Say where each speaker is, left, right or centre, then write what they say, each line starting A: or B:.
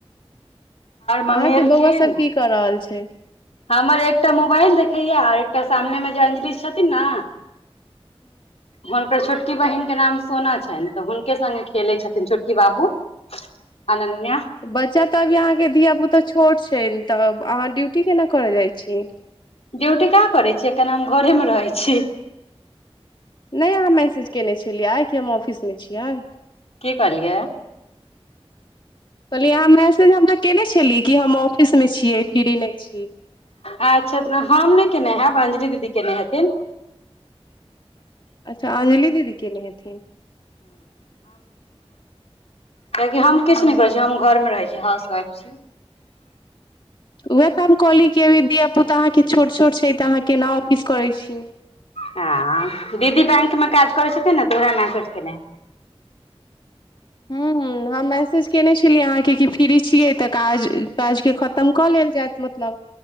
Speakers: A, on the left; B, on the left.
A: मम्मी
B: अहां के
A: एलखिन
B: बौआ सब की कर रहल छै
A: हमर एकटा मोबाइल देखैया आर एकटा सामनेमे जे अंजलि छथिन ना हुनकर छोट की बहिन के नाम सोना छै तऽ हुनके संगे खेलै छथिन छोटकी बाबू अनन्या
B: बच्चा तऽ अभी अहाँके धियापुता छोट छैन तऽ अहाँ ड्यूटी केना करय जाइत छीयै
A: ड्यूटी कहां करै छियै अखन हम घरेमे रहै छियै
B: नहि अहाँ मैसेज केने छलियै कि हम ऑफिसमे छियै
A: की कहलियै
B: कहलियै अहाँ मैसेज हमरा केने छलियै कि हम ऑफिसमे छियै फ्री नहि छी
A: अच्छा तऽ हम नहि केयने हयब अंजलि दीदी कयने हेथिन
B: अच्छा अंजलि दीदी केने हेथिन
A: किएकि हम किछु
B: ओ
A: नहि करै छिय हम घरमे रहै छीय हाउस वाइफ
B: उएह तऽ हम कहली कि अभी धियापुता अहाँके छोट छोट छै तऽ अहाँ केना ऑफिस करैत छीयै
A: हँ दीदी बैंकमे काज करै छथिन ने तऽ उहे मैसेज केने
B: हूं हूं हम मैसेज केने छलियै अहाँके कि फ्री छियै तऽ काज काजके खतम कऽ लेल जायत मतलब